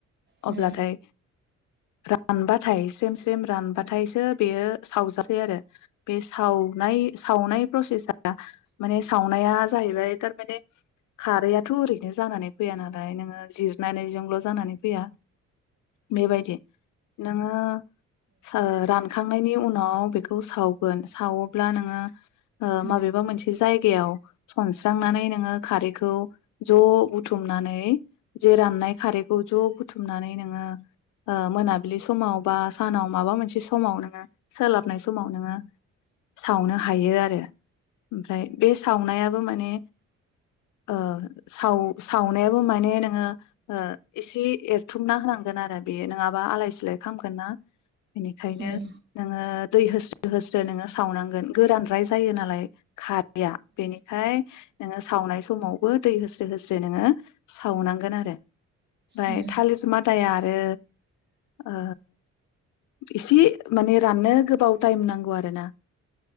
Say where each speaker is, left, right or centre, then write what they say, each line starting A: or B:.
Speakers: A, on the right; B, on the left.
A: उम
B: अब्लाथाय रानबाथाय स्रेम स्रेम रानबाथायसो बेयो सावजासै आरो। बे सावनाय सावनाय प्रसेसा माने सावनाया जाहैबाय थारमाने खारैआथ ओरैनो जानानै फैया नालाय नोङो जि नायनायजोंल जानानै फैया बेबायदि नोङो <unintelligible> सखांनायनि उनाव बेखौ सावगोन सावोब्ला नोङो
A: उम
B: माबेबा मोनसे जायगा गायाव सनस्रांनानै नोङो खौ ज बुथुमनानै जे राननाय खारैखौ जे बुथुमनानै नों मा ओ मोनाबिलि समाव बा सानाव माबा मोनसे समाव नोङो सोलाब हाबनाय समाव नोङो सावनो हायो आरो ओमफ्राय बे सावनाया माने ओ साव-सावनायाबो माने नोङो ओ एसे एरथुमना होनांगोन आरो बेयो नङाबा आलाय सिलाय खालामगोन ना बेनिखायनो
A: उम
B: नोङो दै होस्रो होस्रो नोङो सावनांगोन गोरानद्राय जायो नालाय खार बेनिखाय नोङो सावनाय बो दै होस्रे होस्रे नोङो सावनांगोन आरो ओमफ्राय
A: उम
B: थालिरथ मादाया आरो ओ एसे माने राननो गोबाव टाइम नांगौ आरो ना